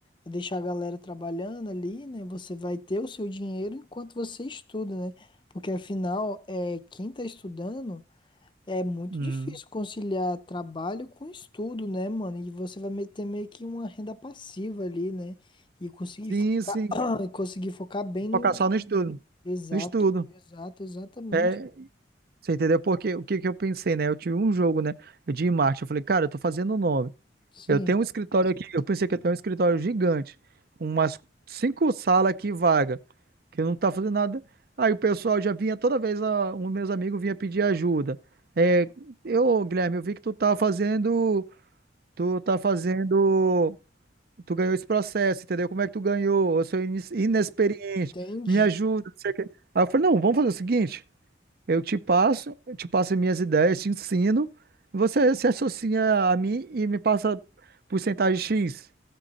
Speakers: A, on the left; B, on the right.
A: deixar a galera trabalhando ali, né? Você vai ter o seu dinheiro enquanto você estuda, né? Porque afinal, é, quem tá estudando é muito
B: Hum.
A: difícil conciliar trabalho com estudo, né, mano? E você vai me- ter meio que uma renda passiva ali, né? E conseguir
B: Sim,
A: focar,
B: sim.
A: <clears throat> e conseguir focar bem no.
B: Focar só no estudo.
A: Exato,
B: No estudo.
A: exato, exatamente.
B: É, você entendeu? Porque o que que eu pensei, né? Eu tive um jogo, né? de marketing. Eu falei, cara, eu tô fazendo o nome.
A: Sim,
B: Eu tenho um escritório aqui. Eu pensei que eu tenho um escritório gigante. Umas cinco salas aqui vaga. Que eu não tá fazendo nada. Aí o pessoal já vinha toda vez, a, um meus amigos vinha pedir ajuda. É, eu, Guilherme, eu vi que tu tá fazendo. Tu tá fazendo. tu ganhou esse processo, entendeu? Como é que tu ganhou? Eu sou inis- inexperiente,
A: entendi.
B: me ajuda, não sei o quê. Aí eu falei, não, vamos fazer o seguinte, eu te passo, eu te passo minhas ideias, te ensino, você se associa a mim e me passa porcentagem X.